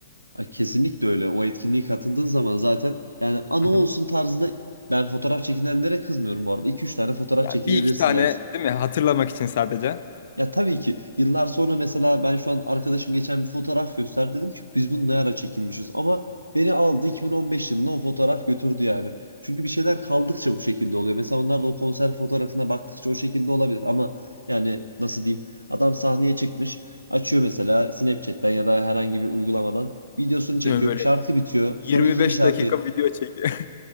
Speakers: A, on the right (about 85°); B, on the left (about 55°).
A: Ay, kesinlikle öyle. O etkinliğe katıldığın zaman zaten yani anı
B: Hı
A: olsun
B: hı.
A: tarzında ben fotoğraf çekinenlere kızmıyorum bu arada. 2 üç tane fotoğraf
B: Ya
A: çekinebilirsin.
B: bir iki tane
A: Yani
B: değil mi? Hatırlamak için sadece.
A: Ya tabii ki yıllar sonra mesela ben şu an arkadaşım geçen bir fotoğraf gösterdi dedim ki biz bunu ne ara çekinmişiz ama beni aldı 2015 yılına o fotoğraf götürdü yani. Çünkü bir şeyler kaldıkça bu şekilde oluyor. Mesela onlar da o konser fotoğrafına baktıkça o şekilde olabilir ama yani nasıl diyeyim adam sahneye çıkmış açıyor mesela Snapchat'ten ya da herhangi bir uygulamadan videosunu çekiyor
B: Değil mi böyle
A: şarkı bitiyor
B: 25
A: sonra ikinci şarkı
B: dakika video çek. <laughs>